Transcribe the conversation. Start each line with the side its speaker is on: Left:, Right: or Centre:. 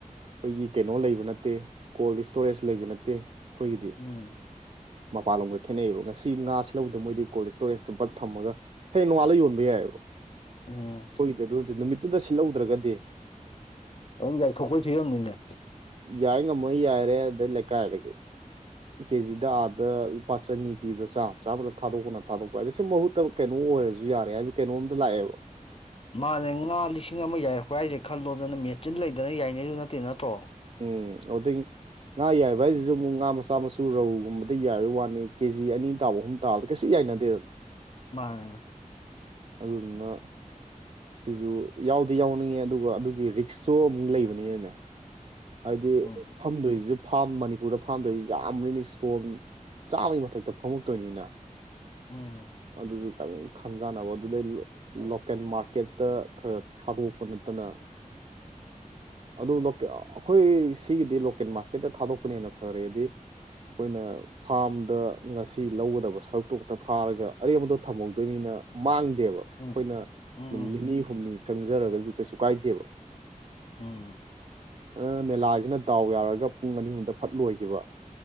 Right: ꯑꯩꯈꯣꯏꯒꯤ ꯀꯩꯅꯣ ꯂꯩꯕ ꯅꯠꯇꯦ ꯀꯣꯜ ꯏꯁꯇꯣꯔꯦꯖ ꯂꯩꯕ ꯅꯠꯇꯦ ꯑꯩꯈꯣꯏꯒꯤꯗꯤ
Left: ꯎꯝ
Right: ꯃꯄꯥꯟꯂꯣꯝꯒ ꯈꯦꯠꯅꯩꯕ ꯉꯁꯤ ꯉꯥ ꯁꯤꯠꯂꯧꯗ ꯃꯣꯏꯗꯤ ꯀꯣꯜ ꯏꯁꯇꯣꯔꯦꯖꯇ ꯕꯛ ꯊꯝꯃꯒ ꯍꯌꯦꯡ ꯅꯣꯡꯉꯥꯜꯂ ꯌꯣꯟꯕ ꯌꯥꯏꯌꯦꯕꯥ
Left: ꯎꯝ
Right: ꯑꯈꯣꯏꯗꯤ ꯑꯗꯨꯗꯤ ꯅꯠꯇꯦ ꯅꯨꯃꯤꯠꯇꯨꯗ ꯁꯤꯠꯂꯧꯗ꯭ꯔꯒꯗꯤ
Left: ꯑꯗꯨꯝ ꯌꯥꯥꯏ ꯊꯣꯛꯄꯩ ꯐꯤꯕꯝꯅꯤꯅꯦ
Right: ꯌꯥꯏ ꯉꯝꯃ ꯌꯥꯏꯔꯦ ꯑꯗꯩ ꯂꯩꯀꯥꯏꯗꯒꯤ ꯀꯦꯖꯤꯗ ꯑꯥꯗ ꯂꯨꯄꯥ ꯆꯅꯤ ꯄꯤꯕꯗ ꯆꯥꯝ ꯆꯥꯝꯗ ꯊꯥꯗꯣꯛꯄꯅ ꯊꯥꯗꯣꯛꯄ ꯍꯥꯏꯗꯤ ꯁꯨꯝ ꯃꯍꯨꯠꯇꯕ ꯀꯩꯅꯣ ꯑꯣꯏꯔꯖꯨ ꯌꯥꯔꯦ ꯍꯥꯏꯕꯒꯤ ꯀꯩꯅꯣꯝꯗ ꯂꯥꯛꯑꯦꯕ
Left: ꯃꯥꯅꯦ ꯉꯥ ꯂꯤꯁꯤꯡ ꯑꯃ ꯌꯥꯏꯔꯛꯄ ꯍꯥꯏꯖꯦ ꯈꯜꯂꯣꯗꯅ ꯃꯦꯆꯤꯟ ꯂꯩꯗꯅ ꯌꯥꯏꯅꯦꯖꯨ ꯅꯠꯇꯦ ꯅꯠꯇ꯭ꯔꯣ
Right: ꯎꯝ ꯑꯣꯗꯩ ꯉꯥ ꯌꯥꯏꯕ ꯍꯥꯏꯖꯤꯖꯨ ꯃꯨꯛ ꯉꯥ ꯃꯆꯥ ꯃꯁꯨ ꯔꯧꯒꯨꯝꯕꯗ ꯌꯥꯏꯕꯩ ꯋꯥꯅꯤ ꯀꯦꯖꯤ ꯑꯅꯤ ꯇꯥꯕ ꯍꯨꯝ ꯇꯥꯕꯗꯤ ꯀꯩꯁꯨ ꯌꯥꯏꯅꯗꯦꯗꯅ
Left: ꯃꯥꯅꯦ
Right: ꯑꯗꯨꯗꯨꯅ ꯁꯤꯁꯨ ꯌꯥꯎꯗꯤ ꯌꯥꯎꯅꯤꯡꯉꯦ ꯑꯗꯨꯒ ꯑꯗꯨꯒꯤ ꯔꯤꯛꯁꯁꯨ ꯑꯃꯨꯛ ꯂꯩꯕꯅꯤꯅꯅꯦ ꯍꯥꯏꯗꯤ
Left: ꯎꯝ
Right: ꯐꯝꯗꯣꯏꯖꯤꯁꯨ ꯐꯥꯝ ꯃꯅꯤꯄꯨꯔꯗ ꯐꯥꯝ ꯇꯧꯔꯤꯁꯤ ꯌꯥꯝꯕꯅꯤꯅ ꯏꯁꯇꯣꯟ ꯆꯥꯝꯃꯒꯤ ꯃꯊꯛꯇ ꯐꯝꯃꯛꯇꯣꯏꯅꯤꯅ
Left: ꯎꯝ
Right: ꯑꯗꯨꯁꯨ ꯈꯤꯇꯪ ꯈꯟꯖꯥꯟꯅꯕ ꯑꯗꯨꯗꯩ ꯂꯣꯀꯦꯜ ꯃꯥꯔꯀꯦꯠꯇ ꯈꯔ ꯊꯥꯗꯣꯛꯄ ꯅꯠꯇꯅ
Left: <inaudible>
Right: ꯑꯗꯨ ꯂꯣꯀꯦ ꯑꯩꯈꯣꯏ ꯁꯤꯒꯤꯗꯤ ꯂꯣꯀꯦꯜ ꯃꯥꯔꯀꯦꯠꯇ ꯊꯥꯗꯣꯛꯄꯅ ꯍꯦꯟꯅ ꯐꯔꯦꯗꯤ ꯑꯩꯈꯣꯏꯅ ꯐꯥꯔꯝꯗ ꯉꯁꯤ ꯂꯧꯒꯗꯕ ꯁꯔꯨꯛꯇꯨ ꯈꯛꯇ ꯐꯥꯔꯒ ꯑꯔꯦꯝꯕꯗꯣ ꯊꯝꯍꯧꯗꯣꯏꯅꯤꯅ ꯃꯥꯡꯗꯦꯕ
Left: ꯎꯝ
Right: ꯑꯈꯣꯏꯅ
Left: ꯎꯝ
Right: ꯅꯨꯃꯤꯠ ꯅꯤꯅꯤ ꯍꯨꯝꯅꯤ ꯆꯪꯖꯔꯒꯖꯨ ꯀꯩꯁꯨ ꯀꯥꯏꯗꯦꯕ
Left: ꯎꯝ
Right: ꯑꯥ ꯃꯦꯂꯥꯁꯤꯅ ꯗꯥꯎ ꯌꯥꯔꯒ ꯄꯨꯡ ꯑꯅꯤ ꯑꯍꯨꯝꯗ ꯐꯠ ꯂꯣꯏꯒꯤꯕ